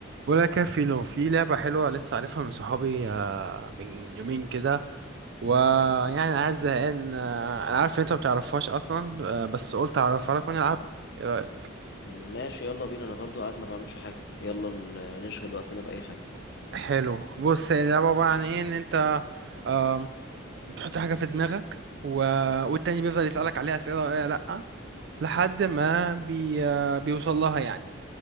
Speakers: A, on the right (about 55°); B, on the left (about 55°).
A: ولا كافي لو في لعبة حلوة لسه عارفها من صحابي آه، من يومين كده ويعني عايز زهقان آه، انا عارف ان انت ما بتعرفهاش اصلا آه، بس قلت اعرفها لك ونلعبها ايه رأيك
B: ماشي يلا بينا انا برضو قاعد ما بعملش حاجة يلا ن- نشغل وقتنا بأي حاجة
A: حلو بص هي اللعبة عبارة عن ايه ان انت آم، بتحط حاجة في دماغك و... والتاني بيفضل يسألك عليها أسئلة ايه لأ لحد ما بي... آه، بيوصل لها يعني